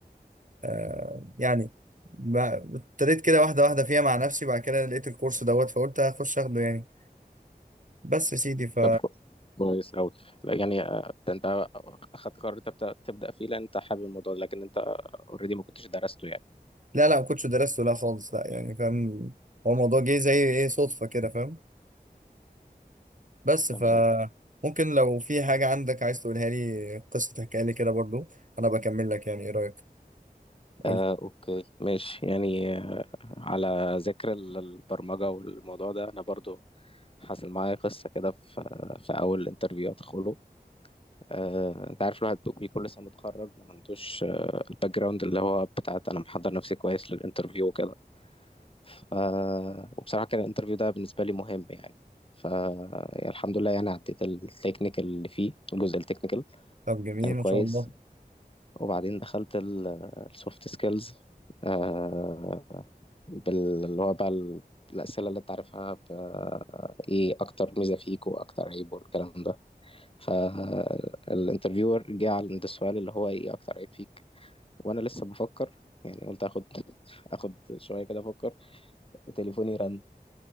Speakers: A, on the right; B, on the left.
A: آه، يعني ب- ابتديت كده واحدة واحدة فيها مع نفسي بعد كده لقيت الكورس دوت فقلت هخش اخده يعني بس يا سيدي ف
B: طب كو- كويس أوي يعني آه، ده انت اخدت قرار تبدأ تبدأ فيه لان انت حابب الموضوع ده، لكن انت اوريدي ما كنتش درسته يعني
A: لا لا ما كنتش درسته لا خالص لا يعني فاهم هو الموضوع جه زي ايه صدفة كده فاهم بس
B: تمام
A: ف ممكن لو في حاجة عندك عايز تقولها لي قصة تحكيها لي كده برضو أنا بكمل لك يعني إيه رأيك؟ قول
B: آه اوكي ماشي يعني آه، على ذكر ال- البرمجة والموضوع ده انا برضو حصل معايا قصة كده في في اول انترفيو ادخله آه، انت عارف الواحد بيبقى كل سنه متخرج ما عندوش آه، الباك جراوند اللي هو بتاعت انا محضر نفسي كويس للانترفيو وكده ف... وبصراحة كان الانترفيو ده بالنسبة لي مهم يعني ف يعني الحمد لله يعني عديت التكنيكال اللي فيه الجزء التكنيكال
A: طب جميل
B: كان كويس
A: ما شاء الله
B: وبعدين دخلت السوفت سكيلز آه، بال... اللي هو بقى ال- الأسئلة اللي أنت عارفها ب... إيه أكتر ميزة فيك وأكتر عيب والكلام ده فالانترفيور جه عند السؤال اللي هو إيه أكتر عيب فيك وأنا لسه بفكر يعني قلت آخد آخد شوية كده أفكر تليفوني رن